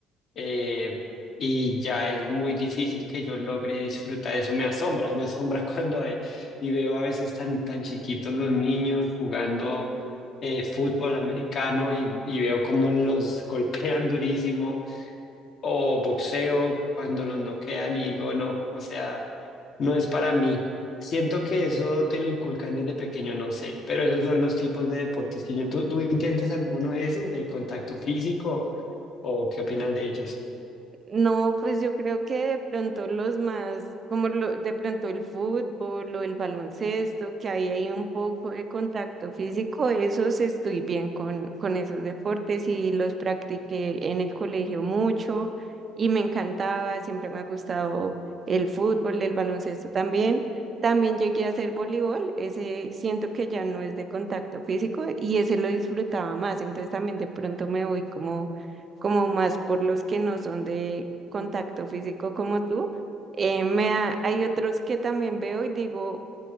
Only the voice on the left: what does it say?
eh, y ya es muy difícil que yo logre disfrutar eso. Me asombra, me asombra <laughs> cuando hay, y veo a veces tan, tan chiquitos los niños jugando eh, fútbol americano y, y veo cómo los <laughs> golpean durísimo o boxeo cuando los noquean y digo, no, o sea, no es para mí. Siento que eso te lo inculcan desde pequeño, no sé, pero esos son los tipos de deportes que yo... ¿Tú, tú intentas alguno de esos de contacto físico o qué opinas de ellos?